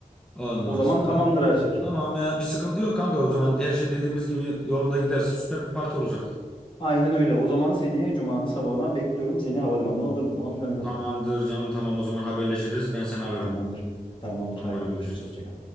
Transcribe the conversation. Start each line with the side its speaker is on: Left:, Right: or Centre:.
Centre: Ondan
Left: O zaman
Centre: sonra
Left: tamamdır
Centre: da-
Left: her şey.
Centre: tamam ya bir sıkıntı yok kanka. O zaman her şey dediğimiz gibi yolunda giderse süper bir parti olacak.
Left: Aynen öyle. O zaman seni Cuma'nın sabahına bekliyorum. Seni havalimanına alırım. Tamam mı kankam?
Centre: Tamamdır canım tamam o zaman haberleşiriz. Ben seni ararım.
Left: Tamamdır. Tamamdır.
Centre: Tamam
Left: Haydi
Centre: hadi
Left: görüşürüz.
Centre: görüşürüz.
Left: Hoşça kal.